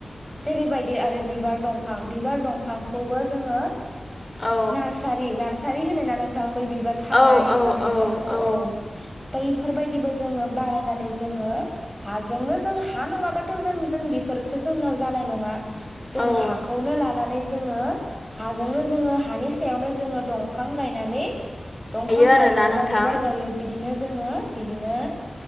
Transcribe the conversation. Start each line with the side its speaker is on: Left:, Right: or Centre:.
Centre: जेरैबायदि आरो बिबार दंफां बिबार दंफांखौबो जोङो
Left: औ
Centre: नार्सारि नार्सारि होनो ना? नोंथां बै बिब बार थानाय
Left: औ औ
Centre: बा बिबारखौ औ बै फोरबायदिबो जोङो बारायनानै जोङो हाजोंनो जों हा नङाबाथ' जों जों बेफोरथ' जोंनाव जानाय नङा। जों
Left: औ
Centre: हाखौनो लानानै जोङो हाजोंनो जोङो हानि सायावनो जोङो दंफां गायनानै दंफां
Left: हायो आरोना
Centre: गायो
Left: नोंथां
Centre: बा बिबार गायो बिदिनो जोङो बिदिनो